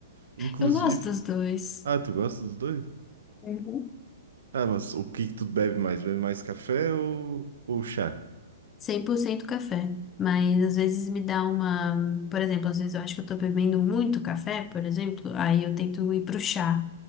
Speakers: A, on the right; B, on the left.
A: Inclusive,
B: Eu gosto dos dois.
A: ah, tu gosta dos dois?
B: Uhum.
A: Ah, mas o que que tu bebe mais? Bebe mais café ou, ou chá?
B: cem por cento café, mas às vezes me dá uma, por exemplo, às vezes eu acho que eu tô bebendo muito café, por exemplo, aí eu tento ir pro chá